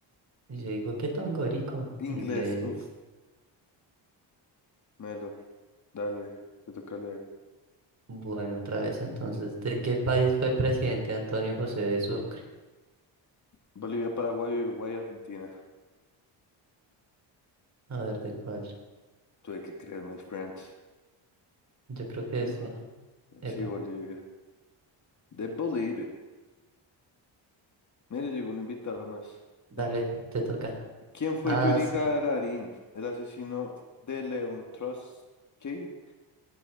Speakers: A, on the right (about 35°); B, on the left (about 40°).
A: Y Yo digo, ¿qué tongorico?
B: Inglés,
A: Inglés.
B: uff, Melo, dale, te toca leer.
A: Bueno, otra vez entonces, ¿de qué país fue presidente Antonio José de Sucre?
B: Bolivia, Paraguay, Uruguay, Argentina.
A: A ver, ¿de cuál?
B: Tuve que creer, my friend.
A: Yo creo que
B: You
A: este.
B: are-
A: Epa,
B: Sí, Bolivia. De Bolivia. Mire, llegó un invitado más.
A: dale,
B: <laughs>
A: te toca.
B: ¿Quién fue
A: Ah,
B: Yuri
A: sí.
B: Gagarin, el asesino de León Trotsky?